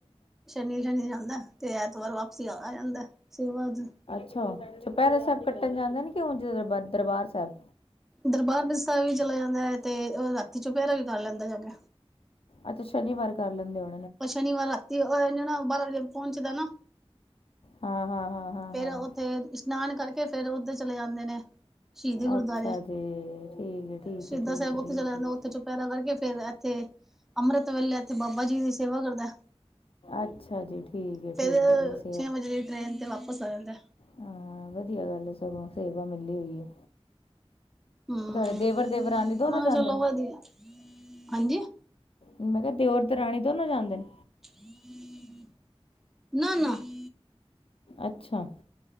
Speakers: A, in the centre; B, on the left.
A: ਸ਼ਨੀ -ਸ਼ਨੀ ਜਾਂਦਾ, ਤੇ ਐਤਵਾਰ ਵਾਪਸੀ ਆ ਜਾਂਦਾ ਸੇਵਾਦ।
B: ਅੱਛਾ, ਚੂਪੈਰਾ ਸਾਹਿਬ ਕੱਟਣ ਜਾਂਦਾ ਨੇ, ਕਿਉਂ ਉਂਝ ਦਰਬਾਰ ਸਾਹਿਬ।
A: ਦਰਬਾਰ ਵਿੱਚ ਸਹਿਬ ਵੀ ਚਲਾ ਜਾਂਦਾ ਹੈ, ਤੇ ਉਹ ਰਾਤੀ ਚੋਂ ਪਹਿਰਾ ਵੀ ਕਰ ਲੈਂਦਾ ਜਾਕੇ।
B: ਅੱਛਾ, ਸ਼ਨੀਵਾਰ ਕਰ ਲੈਂਦੇ ਹੋ।
A: ਪਰ ਸ਼ਨੀਵਾਰ ਰਾਤੀ ਉਹ ਇੰਜ ਨਾਂ, ਬਾਰਾਂ ਵਜੇ ਪਹੁੰਚਦਾ ਨਾ
B: ਹਾਂ-ਹਾਂ, ਹਾਂ।
A: ਫਿਰ
B: ਹਾਂ
A: ਉੱਥੇ ਇਸ਼ਨਾਨ ਕਰਕੇ, ਫਿਰ ਓਧਰ ਚਲੇ ਜਾਂਦੇ ਨੇ। ਸ਼ਹੀਦੀ ਗੁਰਦੁਆਰੇ
B: ਅੱਛਾ ਜੀ, ਠੀਕ ਹੈ, ਠੀਕ
A: ਸ਼ਹੀਦਾਂ
B: ਹੈ, ਠੀਕ
A: ਸਾਹਿਬ
B: ਹੈ,
A: ਉੱਥੇ
B: ਠੀਕ।
A: ਚਲਾ ਜਾਂਦਾ ਉੱਥੇ ਚੁਪਹਿਰਾ ਕਰਕੇ ਫੇਰ ਇੱਥੇ ਅੰਮ੍ਰਿਤ ਵੇਲੇ ਇੱਥੇ ਬਾਬਾ ਜੀ ਦੀ ਸੇਵਾ ਕਰਦਾ।
B: ਅੱਛਾ ਜੀ, ਠੀਕ ਹੈ,
A: ਫੇਰ
B: ਠੀਕ ਹੈ। <unintelligible>
A: ਛੇ ਵਜੇ ਲਈ ਟ੍ਰੇਨ ਤੇ ਵਾਪਸ ਆ ਜਾਂਦਾ।
B: ਹਾਂ, ਵਧੀਆ ਗੱਲ ਸਗੋਂ, ਸੇਵਾ ਮਿਲੀ ਹੋਈ ਹੈ।
A: ਹੂੰ,
B: ਤੁਹਾਡੇ ਦੇਵਰ-ਦੇਵਰਾਨੀ ਦੋਨੋ
A: ਮੈਂ
B: ਜਾਂਦੇ
A: ਕਿਹਾ ਚਲੋ
B: ਨੇ,
A: ਵਧੀਆ ਹਾਂਜੀ <unintelligible>
B: ਮੈਂ ਕਿਹਾ, ਦਿਓਰ-ਦੇਵਰਾਨੀ ਰਾਣੀ ਦੋਨੋ ਜਾਂਦੇ ਨੇ।
A: ਹਮ <unintelligible> ਨਾ-ਨਾ। <unintelligible>
B: ਅੱਛਾ। <unintelligible>